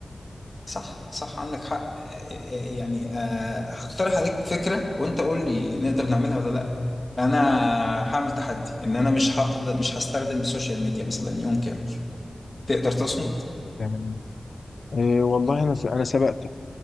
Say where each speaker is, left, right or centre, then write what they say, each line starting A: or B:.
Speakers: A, on the left (about 30°); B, on the left (about 70°).
A: صح صح عندك حق آه، آه، آه، يعني آه، هقترح عليك فكرة وانت قول لي نقدر نعملها ولا لا انا هعمل تحدي ان انا مش هقدر مش هستخدم السوشيال ميديا مثلا يوم كامل تقدر تصمد
B: يعني إيه والله انا س... انا سبقتك